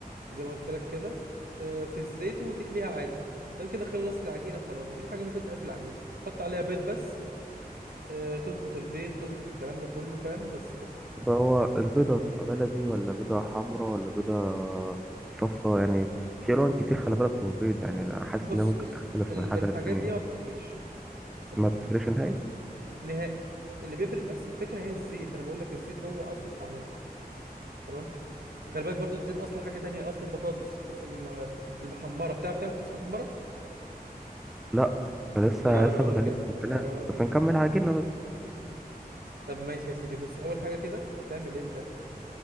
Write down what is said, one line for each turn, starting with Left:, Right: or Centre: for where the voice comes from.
Right: زي ما قلت لك كده آه، في الزيت وتقليها عادي تمام كده خلصت العجينه خلاص مفيش حاجه ممكن تتقال في العجينه حط عليها بيض بس آه، تظبط البيض تظبط الكلام ده كله فاهم بس كده
Centre: طب هو البيضه تبقى بلدي ولا بيضه حمراء ولا بيضه صفراء يعني في الوان كتير خلي بالك من البيض يعني أنا حاسس
Right: بص
Centre: انها ممكن
Right: بص
Centre: تختلف
Right: ال-
Centre: من حاجه
Right: الحاجات
Centre: للتانيه
Right: دي ما بتفرقش تمام
Centre: ما بتفرقش نهائي
Right: نهائي اللي بيفرق بس الفكره هي الزيت انا بقول لك الزيت هو اصل الطعميه تمام وخلي بالك برضو الزيت اصل حاجه تانية اصل البطاطس بطاطس الم- المحمره بتعرف تعمل بطاطس محمره
Centre: لا أنا لسه
Right: يا
Centre: لسه
Right: راجل
Centre: كنت هجيلك في الكلام
Right: يا راجل
Centre: بس نكمل عجينه بس
Right: طب ماشي يا سيدي بص اول حاجه كده هتعمل انت